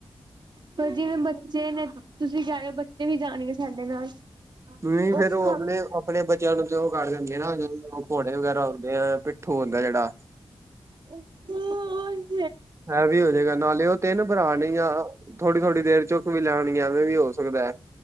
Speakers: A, on the right; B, on the right.
A: ਪਰ ਜਿਵੇਂ ਬੱਚੇ ਨੇ, ਤੁਸੀਂ ਕਹਿ ਰਹੇ ਹੋ ਬੱਚੇ ਵੀ ਜਾਣਗੇ ਸਾਡੇ ਨਾਲ
B: ਨਹੀਂ
A: ਔਖਾ
B: ਫੇਰ ਉਹ ਆਪਣੇ ਆਪਣੇ ਬੱਚਿਆਂ ਨੂੰ ਤੇ ਔ ਕਰ ਦਿੰਦੇ ਨਾ ਜ ਘੋੜੇ ਵਗੈਰਾ ਆਉਂਦੇ ਆ ਪਿੱਠੂ ਹੁੰਦਾ ਜਿਹੜਾ
A: ਮੋਰ,
B: ਐ ਵੀ ਹੋਜੇਗਾ ਨਾਲੇ ਉਹ ਤਿੰਨ ਭਰਾ ਨੇ ਜਾਂ, ਥੋੜੀ-ਥੋੜੀ ਦੇਰ ਚੁੱਕ ਵੀ ਲੈਣੀ। ਵੀ ਹੋ ਸਕਦਾ ਹੈ